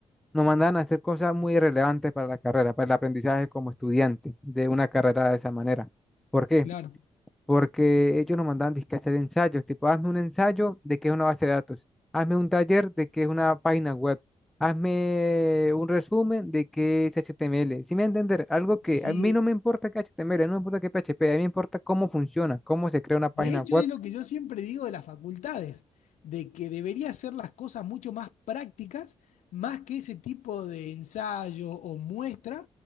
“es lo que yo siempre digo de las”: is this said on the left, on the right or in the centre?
Left